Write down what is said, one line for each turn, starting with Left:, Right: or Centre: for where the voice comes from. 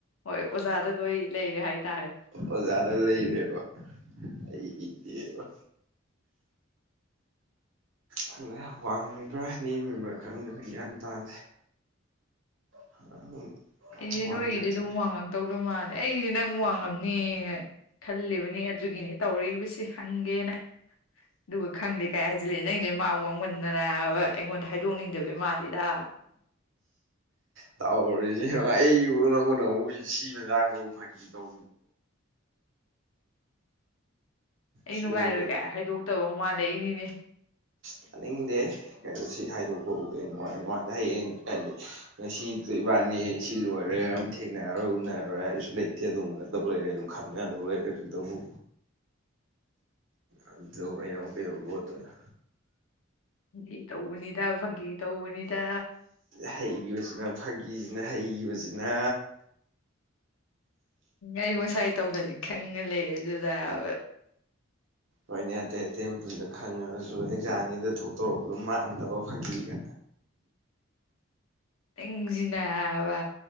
Left: ꯍꯣꯏ ꯑꯣꯖꯥꯗ ꯂꯣꯏ ꯂꯩꯔꯦ ꯍꯥꯏꯇꯥꯔꯦ
Right: ꯑꯣꯖꯥꯗ ꯂꯩꯔꯦꯕ ꯑꯩꯗꯤꯕ ꯈꯪꯗꯦ ꯋꯥꯡꯉꯤꯕ꯭ꯔꯥ ꯅꯦꯝꯃꯤꯕ꯭ꯔꯥ ꯈꯪꯗꯔꯦ ꯒ꯭ꯌꯥꯟ ꯇꯥꯗꯦ <inaudible>
Left: ꯑꯩꯗꯤ
Right: ꯋꯥꯡꯖꯔꯁꯅꯨ
Left: ꯅꯣꯏꯒꯤꯗꯤ ꯑꯗꯨꯝ ꯋꯥꯡꯉꯛ ꯇꯧꯗꯣꯏ ꯃꯥꯜꯂꯦ ꯑꯩꯗꯤ ꯅꯪ ꯋꯥꯡꯉꯝꯅꯦ ꯈꯜꯂꯤꯕꯅꯦ ꯑꯗꯨꯒꯤꯅꯦ ꯇꯧꯔꯛꯏꯕꯁ ꯍꯪꯒꯦꯅ ꯑꯗꯨꯒ ꯈꯪꯗꯦ ꯀꯥꯏ ꯍꯥꯏꯖꯤꯜꯂꯛꯑꯦ ꯅꯪꯖꯦ ꯃꯛ ꯋꯥꯡ ꯃꯟꯗꯅꯕ ꯑꯩꯉꯣꯟꯗ ꯍꯥꯏꯗꯣꯛꯅꯤꯡꯗꯕꯩ ꯃꯥꯜꯂꯤꯗ
Right: ꯇꯧꯔꯤꯁꯦ ꯌꯦꯡꯉꯣ ꯑꯩꯕꯨ ꯅꯉꯣꯟꯗ ꯑꯃꯨꯛ ꯁꯤ ꯃꯇꯥꯡꯗꯕꯨ ꯐꯥꯒꯤ ꯇꯧ
Left: <inaudible> ꯑꯩ
Right: ꯁꯤꯗꯕꯨ
Left: ꯅꯨꯡꯉꯥꯏꯔꯣꯏ
Right: ꯀꯩ
Left: ꯀꯥꯏ ꯍꯥꯏꯗꯣꯛꯇꯕ ꯃꯥꯜꯂꯛꯏꯅꯤꯅꯦ
Right: ꯇꯥꯅꯤꯡꯗꯦꯍꯦ ꯀꯩꯅꯣ ꯁꯤ ꯍꯥꯏꯗꯣꯛꯄꯕꯨ ꯀꯩ ꯅꯨꯡꯉꯥꯏ ꯅꯨꯡꯉꯥꯏꯇꯦ ꯍꯌꯦꯡ ꯍꯥꯏꯗꯤ ꯁꯤ ꯏꯕꯥꯅꯤ ꯁꯤ ꯂꯣꯏꯔꯦ ꯑꯗꯨꯝ ꯊꯦꯡꯅꯔꯔꯣꯏ ꯎꯅꯔꯣꯏ ꯍꯥꯏꯁꯨ ꯂꯩꯇꯦ ꯑꯗꯨꯝ ꯌꯅꯗꯧ ꯂꯩꯔꯦ ꯑꯗꯨꯝ ꯈꯪꯅꯥꯗꯧ ꯂꯩꯔꯦ ꯑꯗꯨꯗꯕꯨ ꯑꯗꯨꯗꯕꯨ ꯑꯩꯅ ꯑꯃꯨꯛ ꯀꯩꯗꯧ ꯂꯣꯠꯇꯣꯏꯅꯣ
Left: ꯐꯥꯒꯤ ꯇꯧꯕꯅꯤꯗ ꯐꯥꯒꯤ ꯇꯧꯕꯅꯤꯗ
Right: ꯍꯩꯒꯤꯕꯁꯤꯅ ꯐꯥꯒꯤꯖꯤꯅ ꯍꯩꯒꯤꯕꯁꯤꯅ
Left: ꯑꯩ ꯃꯁꯥꯏ ꯇꯧꯒꯜꯂꯤ ꯈꯪꯉꯥ ꯂꯩꯔꯗꯨꯗꯕ
Right: ꯍꯣꯏꯅꯦ ꯑꯇꯩ ꯑꯇꯩ ꯃꯇꯝꯗ ꯈꯪꯉꯒꯁꯨ ꯑꯦꯛꯖꯥꯝꯒꯤꯗ ꯊꯣꯛꯇꯧꯔꯛꯄꯗꯣ ꯃꯥꯟꯗꯕ ꯐꯥꯒꯤꯒ
Left: <unintelligible> ꯅꯪꯖꯤꯅꯥꯕꯕ